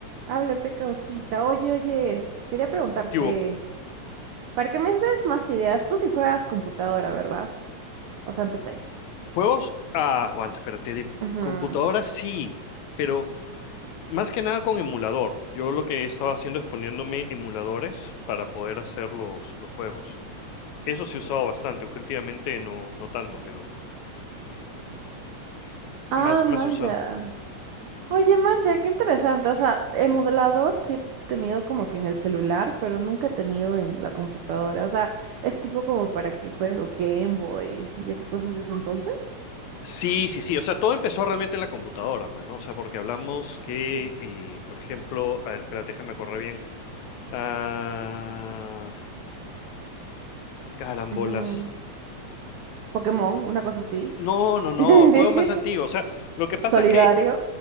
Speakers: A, on the right (about 80°); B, on the left (about 75°).
A: Habla, pecaosita. Oye, oye, quería preguntarte,
B: ¿Qué hubo?
A: para que me des más ideas, tú sí juegas computadora, ¿verdad? O sea, empecé.
B: ¿Juegos? Ah, aguanta, espérate. De
A: Ajá.
B: computadora sí, pero más que nada con emulador. Yo lo que he estado haciendo es poniéndome emuladores para poder hacer los, los juegos. Eso sí he usado bastante, aunque últimamente no, no tanto, pero
A: Ah,
B: más, más
A: manja.
B: he usado.
A: Oye, manja, qué interesante. O sea, el modelador sí he tenido como que en el celular, pero nunca he tenido en la computadora. O sea, es tipo como para que juegues los Game Boy y esas cosas de ese entonces.
B: Sí, sí, sí. O sea, todo empezó realmente en la computadora, pues, ¿no? O sea, porque hablamos que, eh, por ejemplo, a ver, espérate, déjame correr bien. Ah, carambolas.
A: Ujú. Pokémon, una cosa así.
B: No, no, no,
A: <laughs>
B: juegos más antiguos. O sea, lo que pasa
A: Solidario.
B: es que